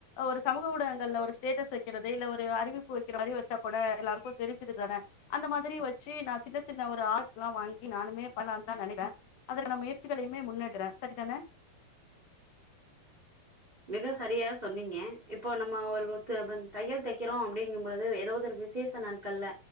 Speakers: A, on the left; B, on the right.
A: ஒரு சமூக ஊடகங்கள்ல ஒரு ஸ்டேட்டஸ் வைக்கிறது இல்ல ஒரு அறிவிப்பு வைக்கிற மாதிரி வச்சா கூட எல்லாருக்கும் தெரிஞ்சுருதானே அந்த மாதிரி வச்சு நான் சின்ன சின்ன ஒரு ஆர்ட்ஸ் எல்லாம் வாங்கி நானுமே பன்லானுதா நினைக்ற அதற்கான முயர்ச்சிகளுமே முன்வக்ற சரிதான
B: மிக சரியா சொன்னீங்க இப்போ நம்ம ஒரு <unintelligible> தையல் தைக்கிறோம் அப்படிங்கும்பழுது ஏதோது ஒரு விசேஷ நாட்கள்ல